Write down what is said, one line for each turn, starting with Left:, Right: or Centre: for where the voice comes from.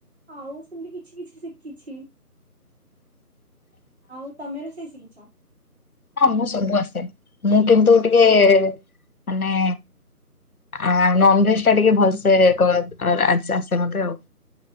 Right: ଆଉ ସେମିତି କିଛି କିଛି ଶିଖିଛି।
Left: <inaudible>
Right: ଆଉ ତମେ ରୋଷେଇ ଶିଖିଛ?
Left: ହଁ ମୁଁ ସବୁ ଆସେ। ମୁଁ କିନ୍ତୁ ଟିକେ ମାନେ ଆ ନନ୍ ଭେଜ ଟା ଟିକେ ଭଲସେ କରେ ଆ-ଆସେ ମତେ ଆଉ।